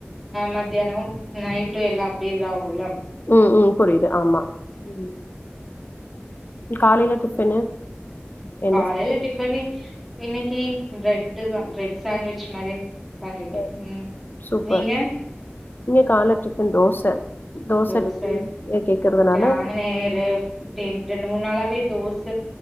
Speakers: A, in the centre; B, on the left.
A: மத்தியானோ நைட்டு எல்லா அப்டியே இதா ஆகுள்ள
B: ம் ம் புரியுது ஆமா ம் காலைல டிஃபனு என்ன
A: காலைல
B: சாப்ட?
A: டிஃபனு இன்னைக்கு ப்ரெட் தா ப்ரெட் சான்ட்விச் மாரி பண்ணிட்டோ
B: ஒ
A: ம்
B: சூப்பர்
A: நீங்க
B: இங்க கால டிஃபன் தோச தோசடுக்கு
A: தோச
B: ஏ கேக்குறதுனால
A: நாங்க நேரு டே ரெண்டு மூணு நாளவே தோச